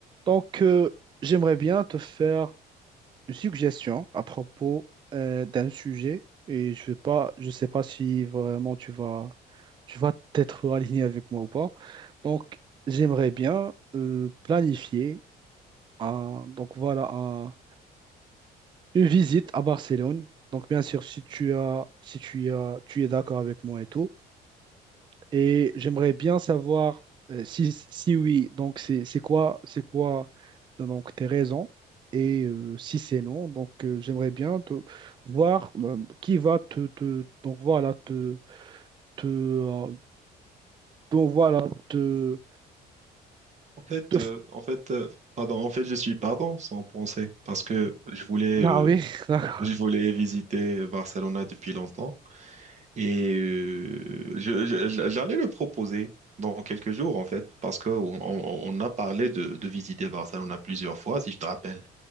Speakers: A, on the right; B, on the right.
A: Donc, euh, j'aimerais bien te faire une suggestion à propos euh, d'un sujet et je vais pas, je sais pas si vraiment tu vas, tu vas t'être aligné avec moi ou pas. Donc, j'aimerais bien euh, planifier un, donc voilà, un- une visite à Barcelone. Donc, bien sûr, si tu as, si tu as, tu es d'accord avec moi et tout. Et j'aimerais bien savoir euh, si, si oui, donc c'est c'est quoi, c'est quoi donc tes raisons et euh, si c'est non, donc euh, j'aimerais bien te voir euh, qui va te, te- donc voilà te, te euh, donc voilà te,
B: En fait,
A: te f-
B: euh, en fait, euh, pardon, en fait, je suis pardon sans penser parce que je voulais, euh,
A: ah oui <laughs> d'accord.
B: je voulais visiter Barcelona depuis longtemps et euh, je- je- j'allais le proposer dans quelques jours en fait parce que on, on- on a parlé de, de visiter Barcelona plusieurs fois si je te rappelle